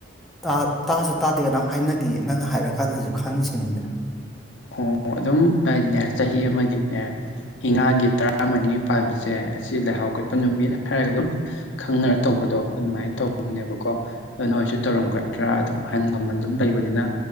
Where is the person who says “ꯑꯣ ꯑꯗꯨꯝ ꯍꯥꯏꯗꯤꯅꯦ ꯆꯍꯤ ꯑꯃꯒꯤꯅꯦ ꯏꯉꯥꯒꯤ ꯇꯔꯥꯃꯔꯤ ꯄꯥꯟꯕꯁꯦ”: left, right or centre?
Left